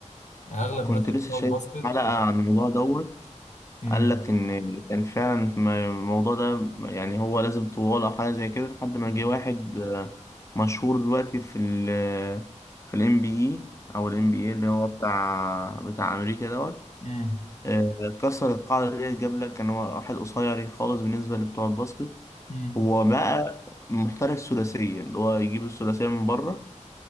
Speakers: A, on the left; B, on the left.
A: يعني أغلب
B: كنت
A: مثلا
B: لسه
A: بتوع
B: شايف
A: الباسكت
B: حلقه عن الموضوع دوت
A: امم
B: قال لك إن كان فعلا ما- الموضوع ده يعني هو لازم طوال أو حاجة زي كده لحد ما
A: امم
B: جه واحد آه، مشهور دلوقتي في ال في ال NBA أو ال NBA اللي هو بتاع بتاع أمريكا دوت
A: امم
B: آه، كسر القاعدة دي جاب لك كان واحد قصير خالص بالنسبة لبتوع الباسكت
A: امم
B: هو بقى محترف ثلاثية اللي هو يجيب الثلاثية من بره